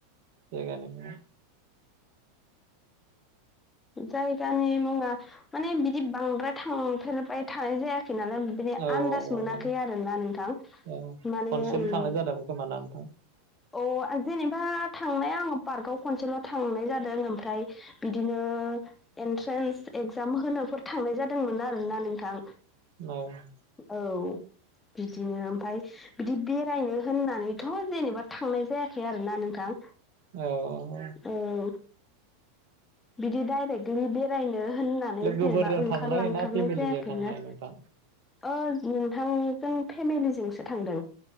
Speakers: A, on the right; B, on the left.
A: जायगानि?
B: जायगानि मुङा माने बिदि बांद्राय थांफेरबाय थानाय जायाखै नालाय बिदि
A: औ
B: आन्दाज मोनाखै
A: औ
B: आरोना नोंथां।
A: औ
B: माने
A: खनसेल'
B: उम
A: थांनाय <inaudible>
B: अ जेनेबा थांनाया आङो पार्कआव खनसेल' थांनाय जादों ओमफ्राय बिदिनो एन्ट्रेन्स एक्जाम होनो फोर थांनाय जादोंमोन आरोना नोंथां
A: औ
B: औ बिदिनो ओमफाय बिदि बेरायनो होननानैथ' जेनेबा थांनाय जायाखै आरोना नोंथां।
A: औ औ
B: औ बिदि दाइरेक बेदिनो बेरायनो होननानै
A: लोगोफोरजों
B: जेनेबा ओंखारलांथारनाय
A: थांनाय ना फेमिलिजों
B: जायाखैनो
A: थांनाय नोंथां
B: अ नोंथां जों फेमिलिजोंसो थांदों